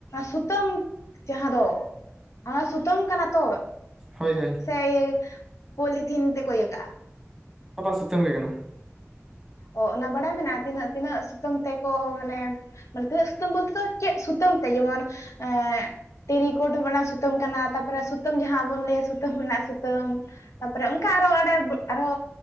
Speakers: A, on the left; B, in the centre.
A: ᱥᱩᱛᱟᱹᱢ ᱡᱟᱦᱟᱸ ᱫᱚ ᱚᱱᱟ ᱥᱩᱛᱟᱹᱢ ᱠᱟᱱᱟ ᱛᱚ,
B: ᱦᱳᱭ ᱦᱳᱭ
A: ᱥᱮ ᱤᱭᱟ. ᱯᱚᱞᱤᱛᱷᱤᱱ ᱛᱮᱠᱚ ᱤᱭᱟᱹᱠᱟᱜᱼᱟ,
B: ᱟᱫᱚ ᱥᱮᱛᱳᱝ ᱮ ᱠᱟᱱᱟ ᱾
A: ᱚ ᱚᱱᱟ ᱵᱟᱲᱟᱭ ᱢᱮᱱᱟᱜᱼᱟ ᱛᱤᱱᱟᱹᱜ ᱛᱤᱱᱟᱹᱜ ᱥᱤᱛᱩᱝ ᱛᱮᱠᱚ ᱢᱟᱱᱮ ᱢᱟᱱᱮ ᱛᱤᱱᱟᱹᱜ ᱥᱩᱛᱟᱹᱢ ᱵᱚᱞᱛᱮ ᱫᱚ ᱪᱮᱫ ᱥᱩᱛᱟᱹᱢ ᱛᱮ? ᱡᱮᱢᱚᱱ ᱮᱸ ᱴᱤᱨᱤᱠᱚᱴ ᱦᱚᱸ <unintelligible> ᱥᱩᱛᱟᱹᱢ ᱠᱟᱱᱟ ᱛᱟᱯᱚᱨᱮ ᱥᱩᱛᱟᱹᱢ ᱡᱟᱦᱟᱸ ᱵᱚᱱ ᱞᱟᱹᱭᱟ ᱥᱩᱛᱟᱹᱢ ᱨᱮᱱᱟᱜ ᱥᱩᱛᱟᱹᱢ᱾ ᱛᱟᱯᱚᱨᱮ ᱚᱱᱠᱟ ᱟᱨᱚ <inaudible> ᱟᱨᱚ